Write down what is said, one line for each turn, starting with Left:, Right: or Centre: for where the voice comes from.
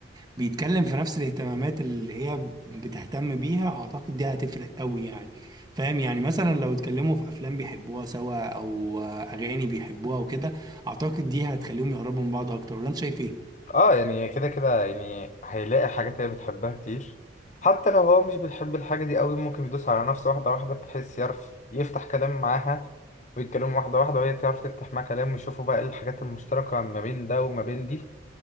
Right: بيتكلم في نفس الاهتمامات اللي هي بتهتم بيها اعتقد دي هتفرق قوي يعني فاهم يعني مثلا لو اتكلموا في افلام بيحبوها سوا او آه، اغاني بيحبوها وكده اعتقد دي هتخليهم يقربوا من بعض اكتر ولا انت شايف ايه؟
Left: اه يعني كده كده يعني هيلاقي حاجات هي بتحبها كتير حتى لو هو مش بيحب الحاجة دي قوي ممكن يدوس على نفسه واحدة واحدة بحيث يعرف يفتح كلام معاها ويتكلموا واحدة واحدة وهي تعرف تفتح معاه كلام ويشوفوا بقى ايه الحاجات المشتركة ما بين ده وما بين دي